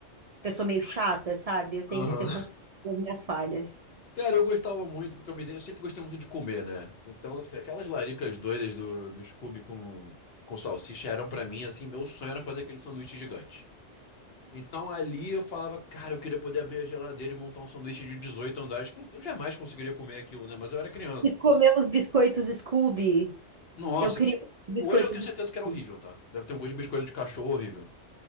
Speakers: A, on the right (about 65°); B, on the left (about 60°).
A: pessoa meio chata, sabe? Eu tenho
B: Aham.
A: que ser com as minhas falhas.
B: Cara, eu gostava muito, porque eu, me dei- eu sempre gostei muito de comer, né? Então, assim, aquelas laricas doidas do, do Scooby com, com salsicha eram pra mim, assim, meu sonho era fazer aquele sanduíche gigante. Então ali eu falava, cara, eu queria poder abrir a geladeira e montar um sanduíche de 18 andares. Tipo, eu jamais conseguiria comer aquilo, né? Mas eu era criança,
A: E
B: então
A: comer
B: assim.
A: os biscoitos Scooby.
B: Nossa,
A: Eu queria
B: que-
A: os biscoitos
B: hoje eu tenho
A: Scooby.
B: certeza que era horrível, tá? Deve ter um gosto de biscoito de cachorro horrível.